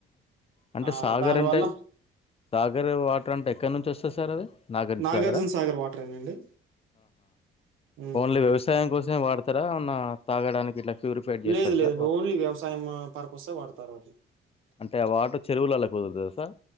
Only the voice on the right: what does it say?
ఆ
దాని
వల్ల
నాగార్జున
సాగర్ వాటరేనండి. హ్మ్
లేదు లేదండి
ఓన్లీ వ్యవసాయం పర్పస్ వాడతారు అది